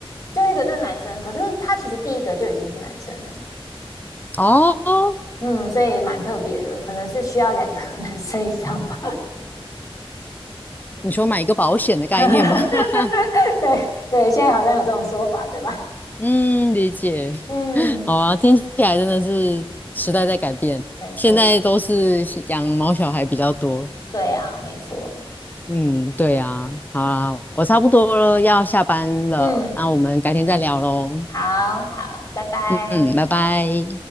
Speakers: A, on the left; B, on the left.
A: 就一个就是男生，可是他其实第一个就已经是男生了。
B: 哦，
A: 嗯，所以蛮特别的，可能是需要两个 <laughs> 男生以上吧。
B: 你说买一个保险的概念吗？
A: <laughs>
B: <laughs>
A: 对对，现在好像有这种说法，对吧？
B: 嗯，理解。
A: 嗯，
B: 好啊，听起来真的是时代在改变，
A: 没错，
B: 现在都是养毛小孩比较多。
A: 对啊，没错。
B: 嗯，对呀，好啊，我差不多了，要下班了，
A: 嗯，
B: 那我们改天再聊喽。
A: 好好，拜拜。
B: 嗯嗯，拜拜。